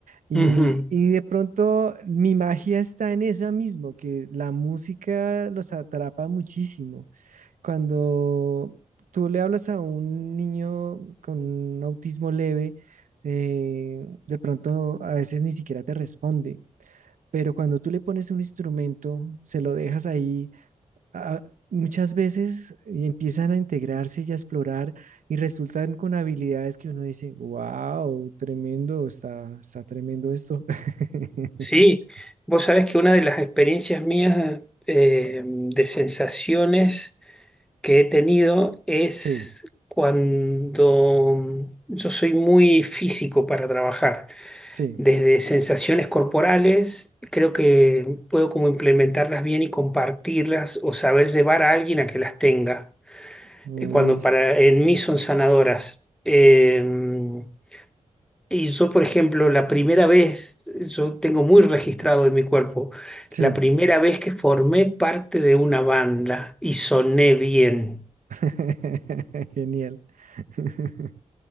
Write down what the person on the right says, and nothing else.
y,
y de pronto mi magia está en eso mismo, que la música los atrapa muchísimo cuando tú le hablas a un niño con autismo leve, eh, de pronto a veces ni siquiera te responde, pero cuando tú le pones un instrumento, se lo dejas ahí, a- muchas veces y empiezan a integrarse y a explorar y resultan con habilidades que uno dice, wow, tremendo, está, está tremendo esto. <laughs>
Sí,
sí,
uy,
sí,
<laughs> genial. <laughs>